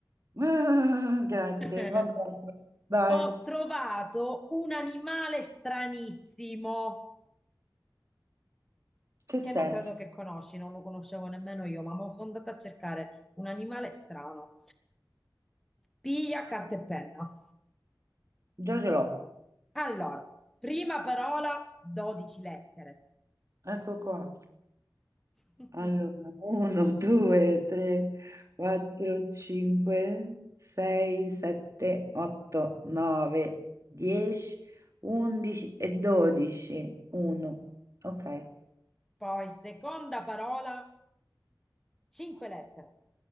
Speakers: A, on the right (about 45°); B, in the centre.
A: <laughs> Grazie,
B: <laughs>
A: vabbè. Dai,
B: Ho trovato un animale stranissimo
A: che
B: che
A: senso?
B: non credo che conosci, non lo conoscevo nemmeno io, ma mo sono andata a cercare un animale strano. Spia, carta e penna.
A: Già ce l'ho.
B: Allora, prima parola, 12 lettere.
A: Ecco qua.
B: <laughs>
A: Allora, 1, 2, 3, 4, 5, 6, 7, 8, 9, 10, 11 e 12. 1. Ok.
B: Poi, seconda parola, cinque lettere.